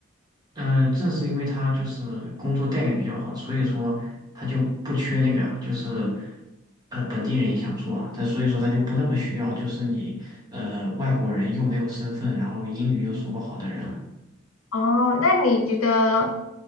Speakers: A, on the right; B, on the left.
A: 嗯，呃，正是因为他就是工作待遇比较好，所以说他就不缺那个啊，就是呃本地人也想做啊，但所以说他就不那么需要，就是你呃外国人又没有身份，然后英语又说不好的人，
B: 哦，那你觉得，